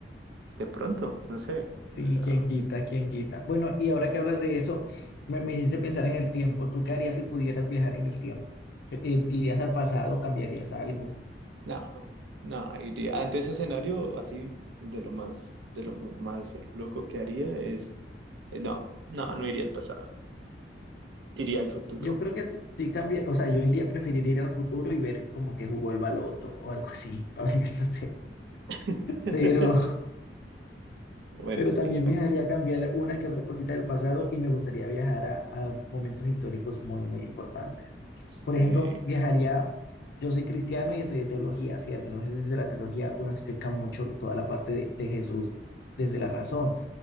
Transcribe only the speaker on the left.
Sí,
quién quita, quién quita. Bueno, y ahora que hablas de eso, me, me hiciste pensar en el tiempo. ¿Tú qué harías si pudieras viajar en el tiempo? Eh, ¿Irías al pasado cambiarías algo?
Yo creo que sí, sí cambia, o sea, yo iría, preferiría ir al futuro y ver como que jugó el baloto o algo así <laughs> para ver qué va
Pero
Pero
también
viajaría a cambiar una que otra cosita del pasado y me gustaría viajar a, a momentos históricos muy, muy importantes.
Por ejemplo, viajaría, yo soy cristiano y estudié teología, ¿cierto? Entonces, desde la teología uno explica mucho toda la parte de, de Jesús desde la razón